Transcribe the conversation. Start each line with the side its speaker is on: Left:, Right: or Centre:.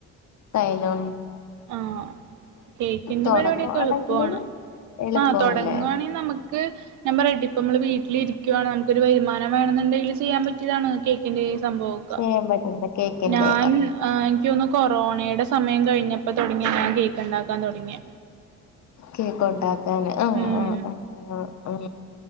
Left: കയ്ലോ
Right: ആ കേക്കിന്റെ
Left: തുടങ്ങുവാണെങ്കില്
Right: പരിപാടിയൊക്കെ എളുപ്പാണ്
Left: എളുപ്പമല്ലേ
Right: ആ തൊടങ്ങാണെങ്കി നമുക്ക് ഞമ്മള് റെഡിപ്പ നമ്മള് വീട്ടിലിരിക്കുവയാണ് നമുക്ക് ഒരു വരുമാനം വേണന്നുണ്ടെല് ചെയ്യാൻ പറ്റിയതണോ കേക്കിന്റെ സംഭവുക്കെ
Left: ചെയ്യാൻ പറ്റുന്ന കേക്കിന്റെ
Right: ഞാൻ ആ എനിക്ക് തോന്നുന്നു കൊറോ യുടെ സമയം കഴിഞ്ഞ ഇപ്പൊ തുടങ്ങ ഞാൻ കേക്ക് ണ്ടാക്കാൻ തുടങിയെ.
Left: കേക്ക് ഉണ്ടാക്കാന് ആ
Right: ഉം
Left: ആ ആ